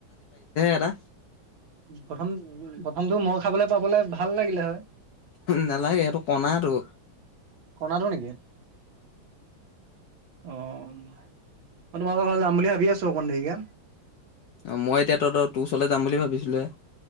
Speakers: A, on the left; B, on the right.
A: এটা
B: প্ৰথম প্ৰথমটো মই খাবলৈ। বাবলে ভাল লাগিলে হয়।
A: নালাগে সেটো কনাটো
B: কণাটো নেকি? অ মই তোমালোকৰ ঘৰলে যাম বুলি ভাবি আছো অকণমান দেৰিকে
A: অ মই এতিয়া ত'ত তোৰ ওচলৈ যাম বুলি ভাবিছিলো হে।